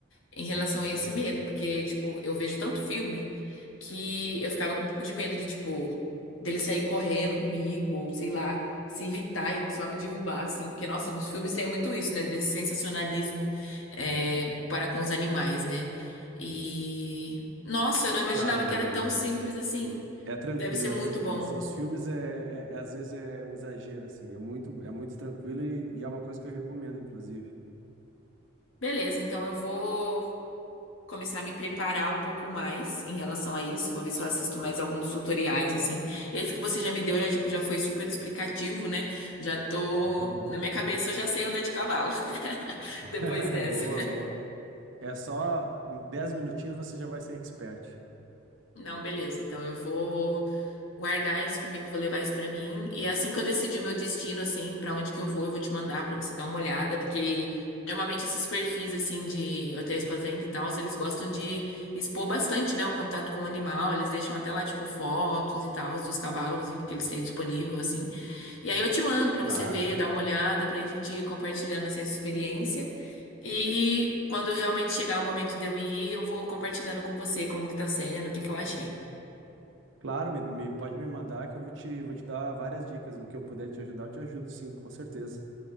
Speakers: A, on the left (about 80°); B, on the right (about 70°).
A: em relação a esse
B: Uhum.
A: medo, porque, tipo, eu vejo tanto filme que eu ficava com um pouco de medo de, tipo, dele sair correndo comigo, ou sei lá, se irritar e só me derrubar, assim, porque, nossa, nos filmes tem muito isso, né, desse sensacionalismo é, para com os animais, né? E, nossa, eu não imaginava
B: Claro, mas
A: que era
B: não,
A: tão
B: não é.
A: simples assim.
B: É tranquilo,
A: Deve ser muito
B: é tranquilo.
A: bom.
B: Os filmes, é, é- é- às vezes, é um exagero, assim, é muito, é muito tranquilo e, e é uma coisa que eu recomendo, inclusive.
A: Beleza, então eu vou. começar a me preparar um pouco mais em relação a isso. Vou ver se eu assisto mais alguns tutoriais, assim. Esse que você já me deu já, tipo, já foi super explicativo, né? Já tô...
B: Uhum.
A: Na minha cabeça eu já sei andar de cavalo <laughs>
B: <laughs>
A: depois dessa.
B: Boa, boa. É só em 10 minutinhos você já vai ser expert.
A: Não, beleza. Então eu vou... guardar isso comigo, vou levar isso pra mim. E assim que eu decidir meu destino, assim, pra onde que eu vou, eu vou te mandar pra você dar uma olhada, porque normalmente esses perfis assim de hotéis fazenda e tal, eles gostam de expor bastante, né, o contato com o animal, eles deixam até lá tipo fotos e tal dos cavalos e- que eles têm disponível assim. E aí eu te mando pra
B: Claro.
A: você ver, dar uma olhada, pra gente ir compartilhando assim essa experiência. E quando realmente chegar o momento de eu ir, eu vou compartilhando com você como que tá sendo, o que que eu achei.
B: Claro, me, me- pode me mandar que eu vou te, vou te dar várias dicas. O que eu puder te ajudar, eu te ajudo, sim, com certeza.